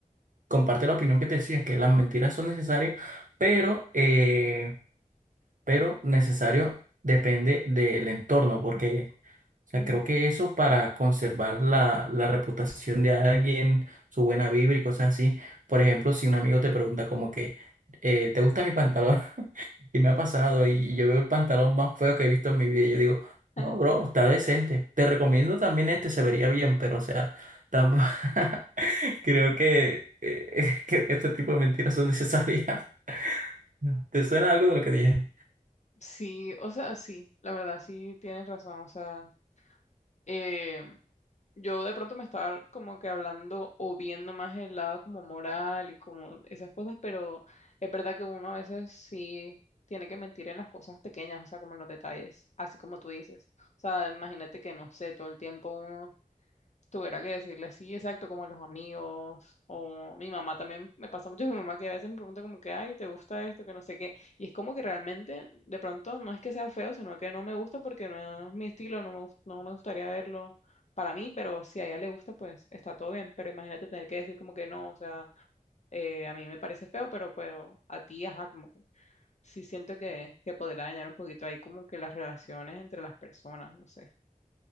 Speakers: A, on the right; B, on the left.
A: comparte la opinión que te decía, que las mentiras son necesarias, pero, eh, pero necesario depende del entorno, porque o sea,
B: ujú.
A: creo que eso para conservar la, la reputación de alguien, su buena vibra y cosas así. Por ejemplo, si un amigo te pregunta como que, eh, ¿te gusta mi pantalón? <laughs> Y me ha pasado y, y yo veo el pantalón más feo que he visto en mi vida y yo digo, no,
B: <laughs>
A: bro, está decente. Te recomiendo también este, se vería bien, pero o sea, tampoco... <laughs> creo que, eh, <laughs> creo que este tipo de mentiras son necesarias. <laughs> ¿Te suena algo de lo que dije?
B: Sí, o sea, sí, la verdad, sí tienes razón, o sea, eh, Yo de pronto me estaba como que hablando o viendo más el lado como moral y como esas cosas, pero es verdad que uno a veces sí tiene que mentir en las cosas pequeñas, o sea, como en los detalles, así como tú dices. O sea, imagínate que no sé, todo el tiempo uno tuviera que decirle sí, exacto, como a los amigos, o mi mamá también me pasa mucho, <laughs> mi mamá que a veces me pregunta como que, ay, ¿te gusta esto? Que no sé qué, y es como que realmente, de pronto, no es que sea feo, sino que no me gusta porque no es mi estilo, no me, gus- no me gustaría verlo para mí, pero si a ella le gusta, pues está todo bien, pero imagínate tener que decir como que no, o sea, eh, a mí me parece feo, pero, pero a ti, ajá, como que sí siento que, que podrá dañar un poquito ahí como que las relaciones entre las personas, no sé.